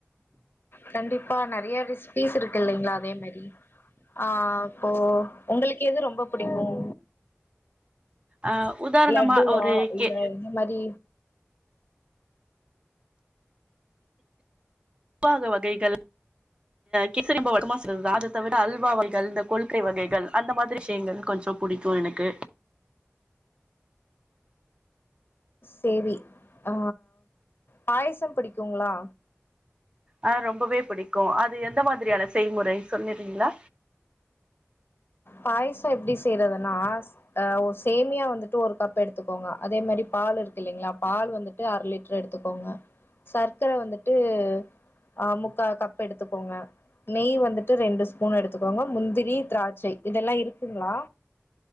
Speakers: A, on the left (about 50°); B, on the right (about 25°).
A: கண்டிப்பா நெறைய ரெசிபீஸ் இருக்கு இல்லைங்களா அதே மாதிரி ஆஹ் ஓ உங்களுக்கு ஏது ரொம்ப பிடிக்கும்
B: ஆ உதாரணமா
A: லட்டுவா
B: ஒரு
A: இல்ல
B: கே
A: இந்த மாதிரி
B: உவாக வகைகள் கேசரி நம்ம வழக்கமா செய்றதுதான் அத தவிர அல்வாவைகள் இந்த கொல்கை வகைகள் அந்த மாதிரி விஷயங்கள் கொஞ்சம் பிடிக்கும் எனக்கு
A: சேரி ஹ பாயசம் பிடிக்குங்களா
B: ஆ ரொம்பவே பிடிக்கும் அது எந்த மாதிரியான செய்முறை சொல்லிருங்களா
A: பாயசம் எப்படி செய்யறதுன்னா அஹ் சேமியா வந்துட்டு ஒரு கப் எடுத்துக்கோங்க அதே மாதிரி பால் இருக்கு இல்லைங்களா பால் வந்துட்டு அரை லிட்டர் எடுத்துக்கோங்க சர்க்கரை வந்துட்டு அஹ் முக்கா கப் எடுத்துக்கோங்க நெய் வந்துட்டு ரெண்டு ஸ்பூன் எடுத்துக்கோங்க முந்திரி திராட்சை இதெல்லாம் இருக்குங்களா